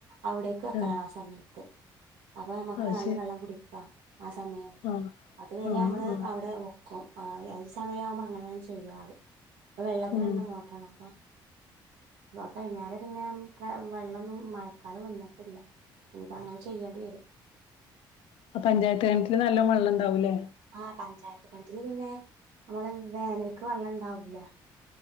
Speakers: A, on the right; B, on the left.
A: അവിടേക്ക് വെക്കലാണ്
B: ആഹ്
A: ആ സമയത്ത്. അപ്പൊ നമുക്ക്
B: അത്
A: നല്ല
B: ശരി
A: വെള്ളം കുടിക്കാം ആ സമയം
B: ആഹ്
A: അതു കഴിഞ്ഞാ
B: ആഹ്
A: നമ്മള്
B: ആഹ്
A: അവിടെ വെക്കും. ആ സമയ ആവുമ്പോ അങ്ങനെയാണ് ചെയ്യാറ്. അത് വെള്ളത്തിലിടുന്ന
B: ഉം
A: മോട്ടോറാണ്, അപ്പൊ. കഴിഞ്ഞേര പിന്നെ വെള്ളമൊന്നും മഴക്കാലം വന്നിട്ടില്ല. ഇനിപ്പം അങ്ങനെ ചെയ്യേണ്ടി വരും
B: ഇപ്പം പഞ്ചായത്ത് കിണറ്റില് നല്ല വെള്ളം ഉണ്ടാവൂലേ.
A: ആ പഞ്ചായത്ത് കിണറ്റിൽ പിന്നെ നമ്മള് വേനൽക്ക് വെള്ളം ഇണ്ടാവൂല്ല.